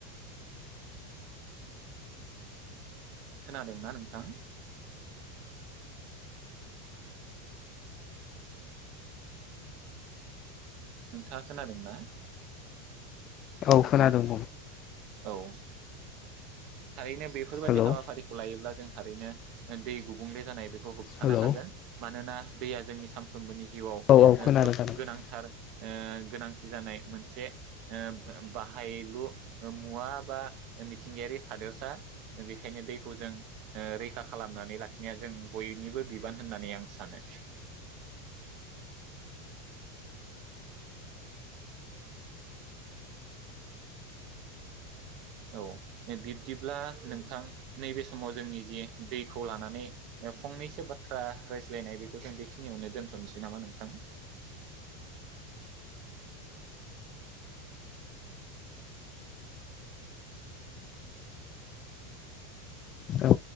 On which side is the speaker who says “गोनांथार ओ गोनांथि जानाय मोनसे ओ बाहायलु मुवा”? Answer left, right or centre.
Right